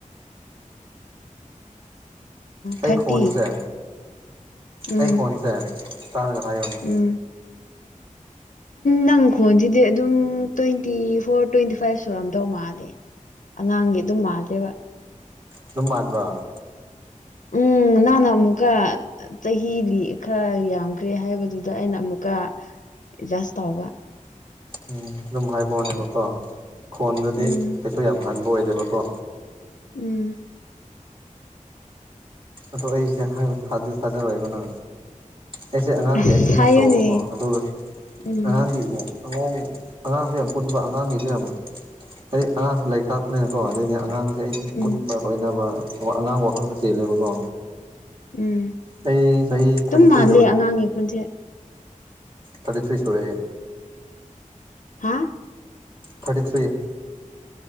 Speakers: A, on the right; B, on the left.
A: ꯑꯩ
B: ꯊꯥꯔꯇꯤ
A: ꯈꯣꯟꯁꯦ
B: ꯎꯝ
A: ꯑꯩ ꯈꯣꯟꯁꯦ ꯇꯥꯔꯒ ꯍꯥꯏꯌꯣꯅꯦ
B: ꯎꯝ ꯅꯪꯈꯣꯟꯁꯤꯗꯤ ꯑꯗꯨꯝ ꯇ꯭ꯋꯦꯟꯇꯤ ꯐꯣꯔ ꯇ꯭ꯋꯦꯟꯇꯤ ꯐꯥꯏꯚ ꯁꯨꯔꯝꯗꯧ ꯃꯥꯜꯂꯦ ꯑꯉꯥꯡꯒꯤ ꯑꯗꯨꯝ ꯃꯥꯜꯂꯦꯕ
A: ꯑꯗꯨꯝ ꯃꯥꯟꯕ꯭ꯔꯥ
B: ꯎꯝ ꯅꯅ ꯑꯃꯨꯀ ꯆꯍꯤꯗꯤ ꯈꯔ ꯌꯥꯝꯈ꯭ꯔꯦ ꯍꯥꯏꯕꯗꯨꯗ ꯑꯩꯅ ꯑꯃꯨꯛꯀ ꯑꯦꯗꯖꯁ ꯇꯧꯕ
A: ꯎꯝ ꯑꯗꯨꯝ ꯍꯥꯏꯕꯣꯅꯦꯕꯀꯣ ꯈꯣꯟꯗꯨꯗꯤ
B: ꯎꯝ
A: ꯀꯩꯁꯨ ꯌꯥꯝ ꯍꯟꯕ ꯑꯣꯏꯗꯦꯕꯀꯣ
B: ꯎꯝ
A: ꯑꯗꯣ ꯑꯩꯁꯦ ꯍꯥꯏꯕ ꯊꯥꯖꯔꯣꯏꯦꯒꯅ ꯑꯩꯁꯦ ꯑꯉꯥꯡꯒꯤ
B: ꯑꯁ
A: ꯑꯦꯛꯇꯤꯡ
B: ꯍꯥꯏꯌꯨꯅꯦ
A: ꯌꯥꯝ ꯇꯧꯕꯀꯣ ꯑꯗꯨꯒ
B: ꯎꯝ
A: ꯑꯉꯥꯡꯒꯤ ꯑꯃꯨꯛ ꯑꯉꯣꯡ ꯑꯉꯥꯡꯁ ꯌꯥꯝ ꯄꯨꯟꯕ ꯑꯉꯥꯡꯒꯤꯁꯨ ꯌꯥꯝ ꯍꯥꯏꯗꯤ ꯑꯉꯥꯡꯁꯨ ꯂꯥꯏꯔꯤꯛ ꯇꯥꯛꯄꯅꯤꯅꯀꯣ ꯑꯗꯩꯗꯤ ꯑꯉꯥꯡ ꯁꯤ ꯑꯩꯗꯤ
B: ꯎꯝ
A: ꯄꯨꯟꯕ ꯂꯣꯏꯅꯕ ꯑꯉꯥꯡꯕ ꯋꯥꯈꯜꯗ ꯆꯦꯜꯂꯦꯕꯀꯣ
B: ꯎꯝ
A: ꯑꯩ ꯆꯍꯤ ꯊꯥꯔꯇꯤ
B: ꯑꯗꯨꯝ
A: ꯊ꯭ꯔꯤ
B: ꯃꯥꯜꯂꯤ ꯑꯉꯥꯡꯒꯤ ꯈꯨꯟꯁꯦ
A: ꯇꯔ ꯐ꯭ꯔꯤ ꯁꯨꯔꯦ
B: ꯍꯥꯦ
A: ꯊꯥꯔꯇꯤ ꯊ꯭ꯔꯤ